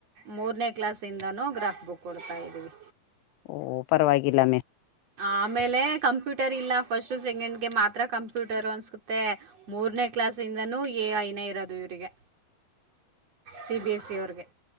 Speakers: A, on the right; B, on the left.
A: ಮೂರನೇ ಕ್ಲಾಸಿಂದನೂ ಗ್ರಾಫ್ ಬುಕ್ ಕೊಡ್ತಾಯ್ದೀವಿ
B: ಓಹ ಪರವಾಗಿಲ್ಲ ಮೆ
A: ಆಮೇಲೆ ಕಂಪ್ಯೂಟ್ ರ್ ಇಲ್ಲ ಫಸ್ಟ್ ಸೆಕೆಂಡ್ಗೆ ಮಾತ್ರ ಕಂಪ್ಯೂಟರ್ ಅನ್ಸ್ಕುತ್ತೆ ಮೂರನೇ ಕ್ಲಾಸ್ಿಂದ ಎ ಐನೇ ಇರೋದು ಇವರಿಗೆ ಸಿ ಬಿ ಎಸ್ ಸಿ ಅವಗೆ